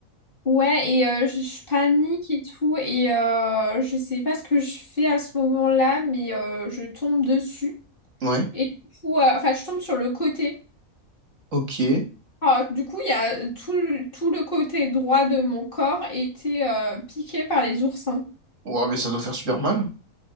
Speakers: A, on the left; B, on the right.
A: Ouais, et euh, je, je panique et tout. Et euh, je sais pas ce que je fais à ce moment-là, mais euh, je tombe dessus.
B: Ouais.
A: Et du coup, euh, enfin, je tombe sur le côté.
B: Ok.
A: Alors, du coup, il y a tout, le- tout le côté droit de mon corps était euh, piqué par les oursins.
B: Ouah, mais ça doit faire super mal.